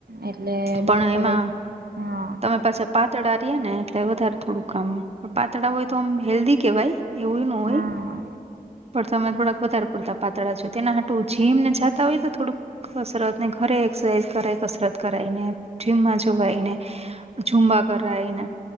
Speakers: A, on the right; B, on the right.
A: એટલે ડોક્ટરે
B: પણ એમાં
A: હા
B: તમે પાછા પાતળા રિયાને એટલે વધારે થોડુંક કામ આમ પાતળા હોય તો આમ હેલ્ધી કેવાય એવું ન હોય
A: હા
B: પણ તમે થોડાક વધારે પૂરતા પાતળા છો તેના માટે જિમને જાતા હોય તો થોડુંક કસરત ને ઘરે એક્સરસાઇઝ કરાય કસરત કરાઈને જીમમાં જવાયને ઝુંમબા કરવા એને